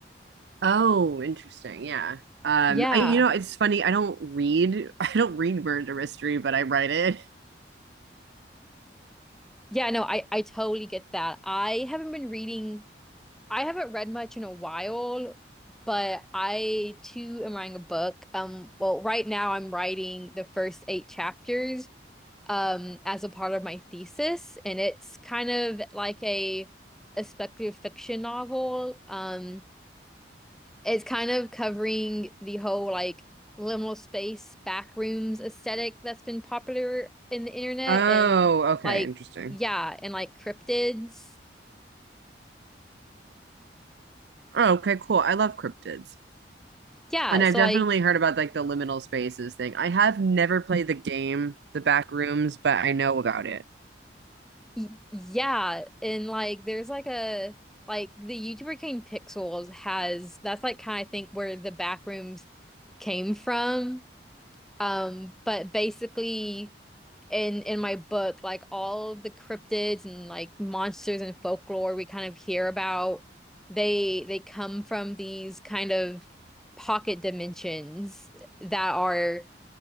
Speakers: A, on the right (about 70°); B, in the centre.
A: Oh, interesting. Yeah. Um,
B: Yeah.
A: I you know, it's funny. I don't read <laughs> I don't read murder mystery, but I write it.
B: Yeah, no, I I totally get that. I haven't been reading I haven't read much in a while, but I too am writing a book. Um well, right now I'm writing the first eight chapters um, as a part of my thesis, and it's kind of like a a speculative fiction novel. Um, it's kind of covering the whole like liminal space backrooms aesthetic that's been popular in the internet,
A: Oh,
B: and
A: okay,
B: like
A: interesting.
B: yeah, and like cryptids,
A: Oh, okay, cool. I love cryptids.
B: yeah.
A: And
B: So
A: I've definitely
B: like
A: heard about like the liminal spaces thing. I have never played the game, The Back Rooms, but I know about it.
B: y yeah, and like there's like a Like the YouTuber Cane Pixels has that's like kind of think where the backrooms came from Um, but basically in in my book, like all of the cryptids and like monsters and folklore we kind of hear about, they they come from these kind of pocket dimensions that are